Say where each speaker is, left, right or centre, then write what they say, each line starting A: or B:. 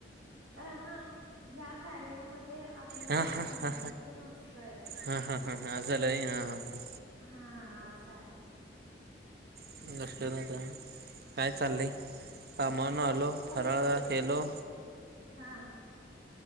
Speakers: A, on the right; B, on the right.
A: अ हा ह्या कार्यामध्ये आपलं
B: हा
A: नाव
B: हा
A: सांगायचं
B: हा
A: नसतंय.
B: हा हा हा अस झालं होय हा हा हा हां.
A: हा असा
B: <unintelligible> काय चाललंय कामावन आलो फराळा
A: उपो
B: केलो.
A: हा